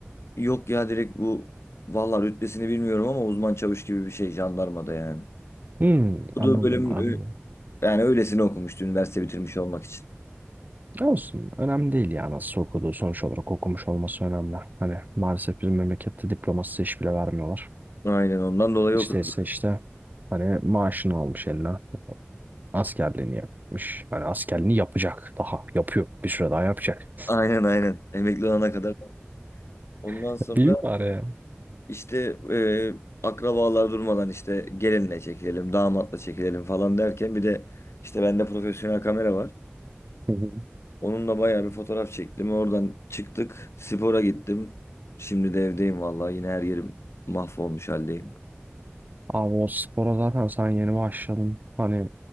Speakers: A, on the left (about 75°); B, on the right (about 40°).
A: Yok ya direkt bu vallahi rütbesini bilmiyorum ama uzman çavuş gibi bir şey jandarmada yani.
B: Hmm,
A: Bu
B: anladım
A: da bölüm
B: anladım.
A: Yani öylesine okumuştu üniversite bitirmiş olmak için.
B: Olsun. Önemli değil ya nasıl okuduğu. Sonuç olarak okumuş olması önemli. Hani maalesef bizim memlekette diplomasız iş bile vermiyorlar.
A: Aynen ondan dolayı
B: Hiç
A: okudum.
B: değilse işte hani maaşını almış eline. Askerliğini yapmış. Hani askerliğini yapacak. Daha yapıyor. Bir süre daha yapacak.
A: Aynen aynen. Emekli olana kadar. Ondan
B: <laughs>
A: sonra
B: İyi bari ya.
A: işte e, akrabalar durmadan işte gelinle çekilelim, damatla çekilelim falan derken bir de işte bende profesyonel kamera var.
B: Hı hı.
A: Onunla bayağı bir fotoğraf çektim. Oradan çıktık, spora gittim. Şimdi de evdeyim vallahi yine her yerim mahvolmuş haldeyim.
B: Abi o spora zaten sen yeni başladın. Hani